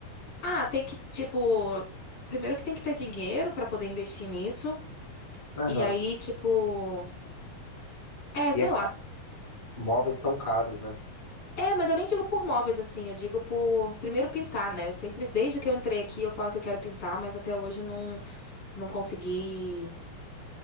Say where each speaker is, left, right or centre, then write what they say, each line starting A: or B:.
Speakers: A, on the left (about 40°); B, on the left (about 15°).
A: ah, tem que, tipo, primeiro que tem que ter dinheiro pra poder investir nisso,
B: Aham.
A: e aí, tipo, é,
B: E
A: sei
B: é, ca-
A: lá.
B: móveis são caros, né?
A: É, mas eu nem digo por móveis assim, eu digo por primeiro pintar, né? Eu sempre, desde que eu entrei aqui, eu falo que eu quero pintar, mas até hoje não não consegui